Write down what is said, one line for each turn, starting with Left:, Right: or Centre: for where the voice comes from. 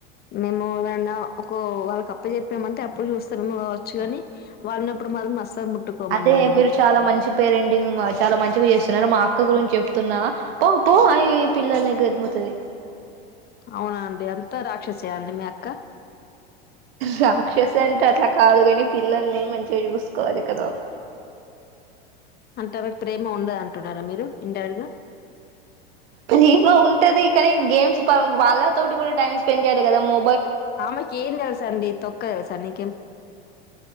Left: మేము ఏన్నా ఒక వాళ్ళకి అప్ప చెప్పినమంటే అప్పుడు చూస్తాముేము వచ్చు కాని వాళ్ళున్నప్పుడు మాత్రం అస్సలు ముట్టుకోమండి
Right: అదే
Left: మేము
Right: మీరు చాలా మంచి పేరెండింగ్ చాలా మంచిగా చేస్తు మా అక్క గురించి చెప్తున్నా పో పో అవి పిల్లల్ని ఎదుముతుంది
Left: అవునా అండి అంతా రాక్షసేయండి మీ అక్క
Right: రాక్షస్ అంటే అట్లా కాదు కాని పిల్లల్ని మంచిగా చూసుకోవాలి కదా
Left: అంత మీకు ప్రేమ ఉండద అంటున్నారా మీరు ఇండైరెక్ట్ గా
Right: ప్రీమ ఉంటది ఇ కానీ గేమ్స్ వాళ్ళతోటి కూడా టైమ్ స్పెండ్ చేయాలి కదా మో
Left: ఆమెకి ఏన్ తెల్సా అండి తొక్క తెల్సా నీ